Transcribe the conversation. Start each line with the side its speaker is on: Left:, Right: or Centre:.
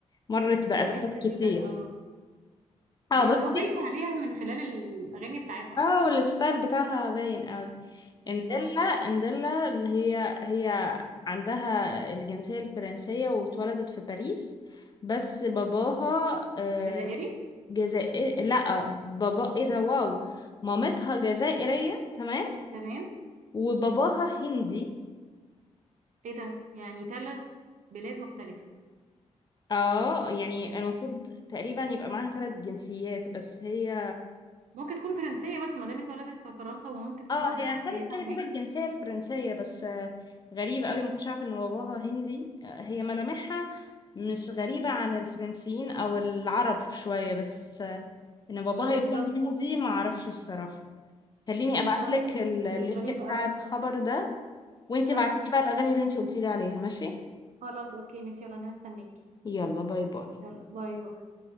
Left: مرت
Right: بحس
Left: بأزمات كتير
Right: كده اه
Left: اه
Right: بحس
Left: بصي
Right: هو باين عليها من خلال الاغاني بتاعتها
Left: اه
Right: اصلا
Left: والستايل بتاعها باين قوي
Right: بالظبط
Left: انديلا انديلا اللي هي هي عندها الجنسية الفرنسية واتولدت في باريس بس باباها آه،
Right: جزائري
Left: جزائري لا بابا ايه ده واو مامتها جزائرية تمام
Right: تمام
Left: وباباها هندي
Right: ايه ده يعني ثلاث بلاد مختلفه
Left: اه يعني المفروض تقريبا يبقى معاها ثلاث جنسيات بس هي
Right: ممكن تكون فرنسيه بس ما دام اتولدت في فرنسا وممكن تكون
Left: اه
Right: قضت
Left: هي
Right: على
Left: خدت
Right: حياتها
Left: كده
Right: هناك
Left: كده الجنسية الفرنسية بس آه، غريبة قوي ما كنتش عارفة ان باباها هندي آه، هي ملامحها مش غريبة عن الفرنسيين او العرب شوية بس آه، ان باباها
Right: بالظبط
Left: يكون هندي ما اعرفش الصراحة خليني
Right: بالظبط
Left: ابعت لك اللينك
Right: دي غريبه
Left: بتاع
Right: قوي
Left: الخبر ده وانتي
Right: طيب
Left: بعتي
Right: ماشي
Left: بقى الاغاني اللي انتي قلتي لي عليها ماشي
Right: خلاص اوكي ماشي يلا انا هستناكي
Left: يلا باي باي
Right: يلا باي باي